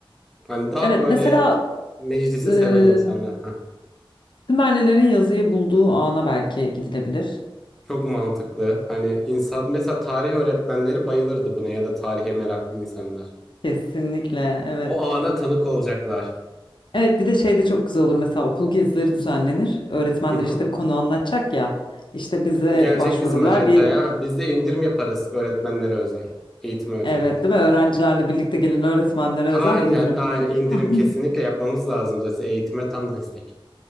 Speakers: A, in the centre; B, on the left.
A: Hani daha
B: Evet.
A: böyle
B: Mesela
A: meclisi
B: eee
A: seven insanlar.
B: Sümerlilerin yazıyı bulduğu ana belki gidilebilir.
A: Çok mantıklı. Hani insan mesela tarih öğretmenleri bayılırdı buna ya da tarihe meraklı insanlar.
B: Kesinlikle. Evet.
A: O ana tanık olacaklar.
B: Evet bir de şey de çok güzel olur mesela okul gezileri düzenlenir. Öğretmenler
A: Hı hı.
B: işte bir konu anlatacak ya. İşte bize
A: Gelecek
B: başvururlar
A: bizim acentaya.
B: bir
A: Ha, Biz de indirim yaparız öğretmenlere özel. Eğitime özel
B: evet
A: indirim.
B: değil mi? Öğrencilerle birlikte gelen öğretmenlere özel
A: Aynen,
B: indirim.
A: aynen indirim
B: <laughs>
A: kesinlikle yapmamız lazım zaten eğitime tam destek.